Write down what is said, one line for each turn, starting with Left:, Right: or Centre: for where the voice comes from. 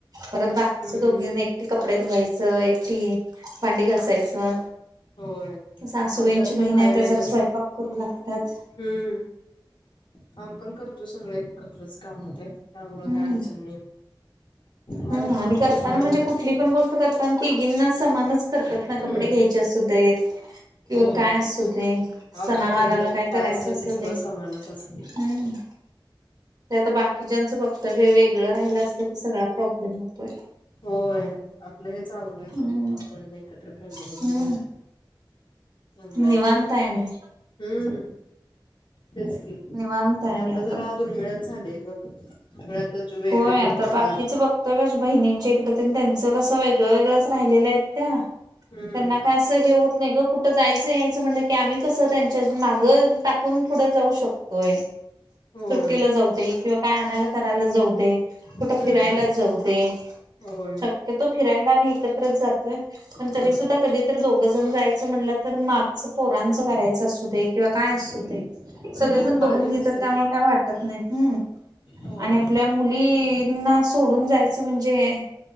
Right: परत बाकीच
Left: हम्म
Right: दोघीण एकटी क कपडे धुवायचं एकटी भांडी घासायचं
Left: होय
Right: स आसूबाईंची
Left: आमच्यात
Right: बहीण
Left: पण हाय
Right: आहे
Left: बाई
Right: तर जरा
Left: तस
Right: स्वयंपाक करू लागतात
Left: हम्म काम पण करतो सगळे एकत्रच त्यामुळें
Right: हम्म
Left: का अडचण हा
Right: हम्म आणि करताना
Left: चालू
Right: म्हणजे
Left: आहे
Right: कुठली पण तिगींना समानच करतात ना
Left: हम्म
Right: कपडे घ्यायच्या सुद्धा येत किंवा
Left: होय
Right: काय असू दे
Left: आमच्या
Right: सनावारला
Left: पण बाई
Right: काय करायच
Left: असेल
Right: असू
Left: ते सगळं
Right: दे
Left: समानच असते
Right: हम् ते आता बाकीच्या्यांचं फक्त वेगळं राहिला असलं की सगळा प्रॉब्लेम होतोय
Left: होय आपलं हे चांगलं आहेो
Right: हम्म
Left: आपण एकत्र फॅमिलीमध्येध्ये
Right: हम्म
Left: आहे चांगला
Right: निवांत
Left: हम्म
Right: आहे आणि
Left: तेच की
Right: निवांत आहे
Left: आणि आता
Right: आपण.
Left: जर दुर्मिळच झालेय ग सगळ्यात वेगवेगळे
Right: होय आता
Left: होतात
Right: बाकीच बघतोय माझ्या बहिणींच्या इकडं त्यांचं कसं वेगळं वेगळंच राहिलेलं आहेत त्या
Left: हम्म
Right: त्यांना काय असं हे होत नाही ग कुठं जायचं यायचं म्हणलं की आम्ही कसं त्यां त्या माग टाकून थडं जाऊ शकतोय
Left: होय
Right: सुट्टीला जाऊ दे किंवा काय आणायला करायला जाऊ दे कुठं
Left: हम्म
Right: फिरायला जाऊ दे
Left: होय
Right: शक्यतो फिरायला आम्ही एकत्रच जातोय पण तरी
Left: हा
Right: सुद्धा कधीतरी दोघ जण जायच म्हटलं तर मागचं पोरांच करायचं असू दे किंवा काय असू दे सगळेजण
Left: होय
Right: बघून
Left: काळजी
Right: घेतात
Left: नसते
Right: त्यामुळे
Left: ना
Right: काय वाटत नाही हम्म
Left: होय
Right: आणि आपल्या मुलीना सोडून जायच म्हणजे